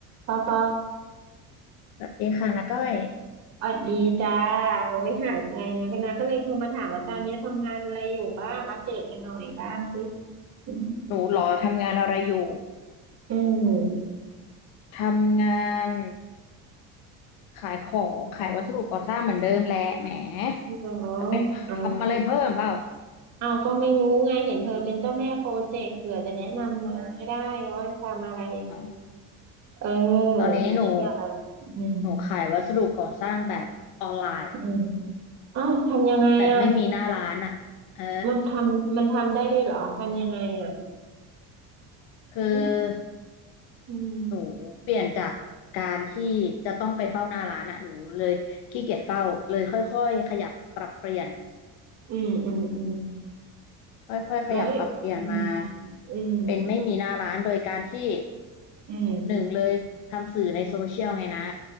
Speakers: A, on the right (about 45°); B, on the left (about 80°).
A: ปอป
B: สวัสดีค่ะน้าก้อย
A: ออดดีจ้าโอ้ยหายไปนะนะก็เลยโทรมาถามว่าตอนนี้ทำงานอะไรอยู่บ้างอัปเดตกันหน่อยบ้างสิอืม
B: หนูเหรอทำงานอะไรอยู่
A: อืม
B: ทำงานขายของขายวัสดุก่อสร้างเหมือนเดิมแหละแหม
A: เหรอ
B: จะไปทำอะไรเพิ่มเปล่า
A: เอาเอาก็ไม่รู้ไงเห็นเธอเป็นเจ้าแม่โปรเจกต์เผื่อจะแนะนำนะให้ได้ว่าทำอะไรยังไง
B: อ๋อ
A: เออ
B: ตอนนี้หนู
A: เชื่ออืม
B: หนูขายวัสดุก่อสร้างแบบออนไลน์
A: อืมอ้าวทำยังไงอ่ะ
B: แบบไม่มีหน้าร้านอ่ะเออ
A: มันทำมันทำได้ด้วยเหรอทำยังไงอ่ะ
B: คือ
A: อืมอืม
B: หนูเปลี่ยนจากการที่จะต้องไปเฝ้าหน้าร้านอ่ะหนูเลยขี้เกียจเฝ้าเลยค่อยๆขยับปรับเปลี่ยน
A: อืมอืมอืม
B: ค่อยๆ ขยับปรับเปลี่ยนมา
A: แล้วอืมอืมอืม
B: เป็นไม่มีหน้าร้านโดยการที่
A: อืม
B: หนึ่งเลยทำสื่อในโซเชียลไงนะ